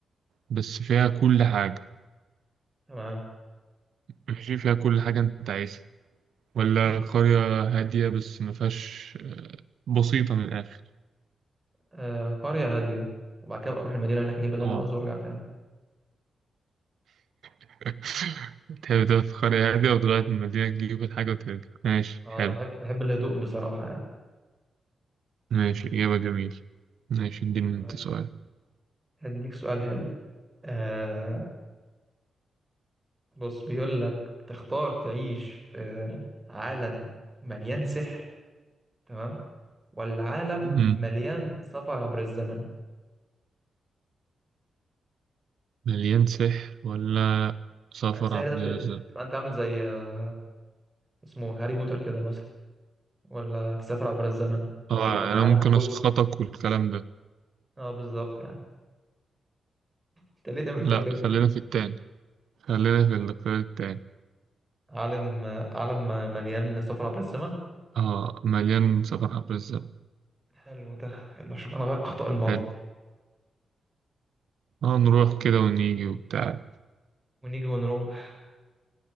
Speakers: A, on the right; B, on the right.
A: بس فيها كل حاجه
B: تمام
A: ماشي فيها كل حاجه انت عايزها ولا
B: حلو
A: قريه هاديه بس ما فيهاش آه، بسيطه من الاخر
B: آه قرية هادية وبعد كده أبقى اروح المدينة هناك اجيب اللي
A: اه
B: انا عاوزه وارجع تاني
A: <laughs> تحب تاخد قرية هادية وتغير المدينة تجيب الحاجة وترجع ماشي
B: اه
A: حلو
B: انا بحب بحب الهدوء بصراحة يعني
A: ماشي إجابة جميلة ماشي اديني
B: طيب
A: أنت سؤال
B: هديك سؤال حلو آه بص بيقول لك تختار تعيش في عالم مليان سحر تمام ولا عالم
A: مم.
B: مليان سفر عبر الزمن
A: مليان سحر ولا سفر
B: يعني السحر
A: عبد
B: ده ت-
A: الرزاق
B: تبقى انت عامل زي آه، اسمه هاري بوتر كده مثلا ولا تسافر عبر الزمن
A: آه
B: او يبقى في
A: أنا
B: عالم
A: ممكن
B: كله
A: أسخطك والكلام ده
B: اه بالظبط يعني انت ليه تعمل
A: لأ
B: فيا كده
A: خلينا في التاني خلينا في الاختيار التاني
B: عالم عالم مليان سفر عبر الزمن
A: آه مليان سفر عبد الرزاق
B: حلو ده حلو عشان نغير اخطاء الماضي
A: حلو آه نروح كده ونيجي وبتاع
B: ونيجي ونروح